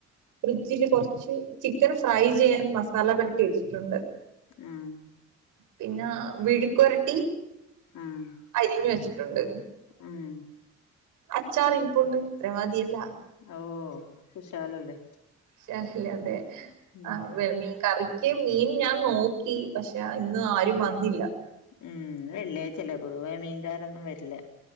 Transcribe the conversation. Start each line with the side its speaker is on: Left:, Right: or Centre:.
Right: ഫ്രിഡ്ജില് കൊറച്ച് ചിക്കൻ ഫ്രൈ ചെയ്യാൻ മസാല പെരട്ടി വെച്ചിട്ടൊണ്ട്
Left: ആഹ്
Right: പിന്നാ വിഴുക്ക്വരട്ടി
Left: ആഹ്
Right: അരിഞ്ഞു വെച്ചിട്ടുണ്ട്
Left: ഉം
Right: അച്ചാറിരിപ്പൊണ്ട് ഇത്രേം മതിയല്ലാ
Left: ഓഹ് കുശാലല്ലേ
Right: കുശാലല്ലേ അതെ
Left: ഉം
Right: ആഹ് വേ മീൻ കറി ക്ക് മീൻ ഞാൻ നോക്കി പക്ഷെ ഇന്ന് ആരും വന്നില്ല
Left: ഉം ഇന്ന് വെള്ളിയാഴ്ച്ചല്ലെ പൊതുവെ മീൻകാരൊന്നും വെര്ല്ല